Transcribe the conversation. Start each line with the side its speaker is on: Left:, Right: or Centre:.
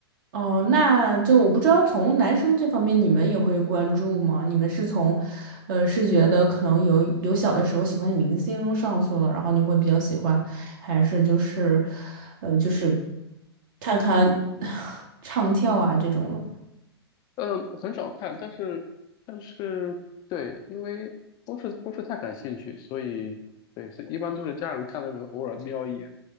Right: 哦，那就我不知道从男生这方面你们也会关注吗？你们是从，呃，是觉得可能有有小的时候喜欢的明星上去了，然后你会比较喜欢，还是就是，呃，就是看看 <laughs> <sighs> 唱跳啊这种的？
Left: 嗯，很少看，但是但是对，因为不是不是太感兴趣，所以对，所以一般都是家人看的时候偶尔瞄一眼。